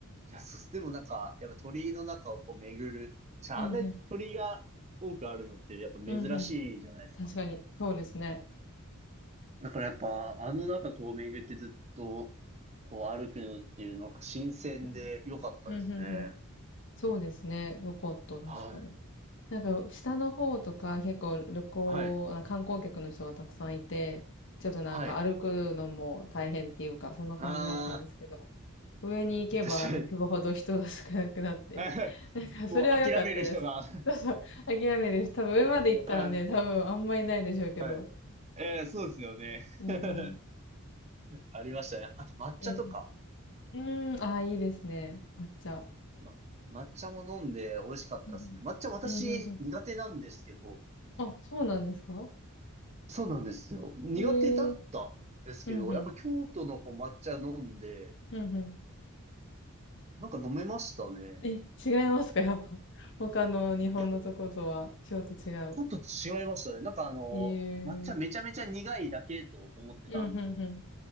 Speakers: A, on the right (about 30°); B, on the left (about 60°).
A: いや、そうっすでもなんか、やっぱ鳥居の中をこう巡る。じゃあ、
B: うんうん。
A: あんなに鳥居が多くあるのって、やっぱ珍しいじゃないですか。
B: うんうん。確かに。そうですね。
A: だからやっぱ、あの中こう巡ってずっと、こう歩くのっていう、なんか新鮮で良かったですね。
B: うんうん。うんうんうん。そうですね。よかった。確かに。
A: はい。
B: なんか、下の方とか結構旅行、
A: はい。
B: あ観光客の人がたくさんいて、ちょっとなんか歩くのも大変っていうか、
A: はい。
B: そんな感じだったんですけど、
A: あ
B: 上に行けば浮くほど人が少なくなって、
A: あ、<laughs> 確かに。<laughs>
B: <laughs> なんかそれは良かったです。
A: もう諦める人が <laughs>
B: そうそう、諦めるし、多分上まで行ったらね、
A: はい、
B: 多分あんまりないでしょうけど。
A: はい。えーそうですよね。
B: うんうん。
A: <laughs> ありましたね。あと抹茶とか。
B: うんうん。うーん、ああ、いいですね。抹茶。
A: ま、抹茶も飲んで美味しかったですね。
B: うんうん。
A: 抹茶私苦手なんですけど、
B: うんうんうん。あ、そうなんですか
A: そうなんですよ。苦手だったんですけど、
B: ええー。うんうん。
A: やっぱ京都のこう抹茶飲んで、
B: うんうん。
A: なんか飲めましたね。
B: え、違いますか、やっぱ。<laughs> 他の日本のとことは、
A: いや、ち
B: 京都違う。
A: ょっと違いましたね。なんかあの、
B: えー。
A: 抹茶めちゃめちゃ苦いだけと思ってたんですよ。
B: うん、ふんふん。